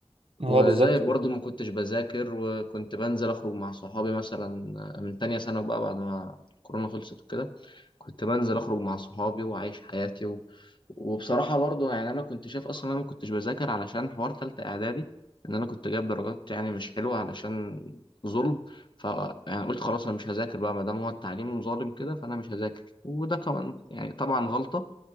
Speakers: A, on the right (about 65°); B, on the left (about 50°).
A: هو
B: وزيك
A: بالظبط
B: برضو
A: بالظبط
B: ما كنتش بذاكر وكنت بنزل أخرج مع صحابي مثلا آه، من تانية سنة بقى بعد ما الكورونا خلصت وكده كنت بنزل أخرج مع صحابي وعايش حياتي و... وبصراحة برضو يعني أنا كنت شايف أصلا أنا ما كنتش بذاكر علشان حوار تالتة إعدادي إن أنا كنت جايب درجات يعني مش حلوة علشان ظلم ف يعني قلت خلاص أنا مش هذاكر بقى ما دام هو التعليم ظالم كده فأنا مش هذاكر وده كمان يعني طبعا غلطة